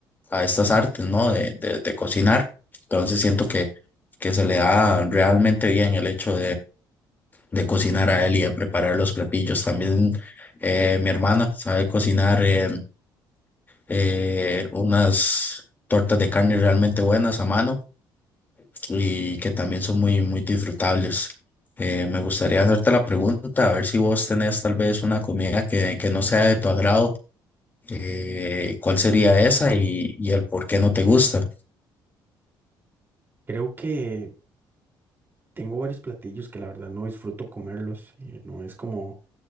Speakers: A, on the left; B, on the right.
A: a estas artes, ¿no? De, de, de cocinar. Entonces siento que, que se le da realmente bien el hecho de cocinar a él y de preparar los platillos. También eh, mi hermana sabe cocinar eh, eh, unas tortas de carne realmente buenas a mano y que también son muy, muy disfrutables. Eh, me gustaría hacerte la pregunta, a ver si vos tenés tal vez una comida que, que no sea de tu agrado, eh, ¿cuál sería esa y, y el por qué no te gusta?
B: Creo que tengo varios platillos que la verdad no disfruto comerlos. eh, no es como,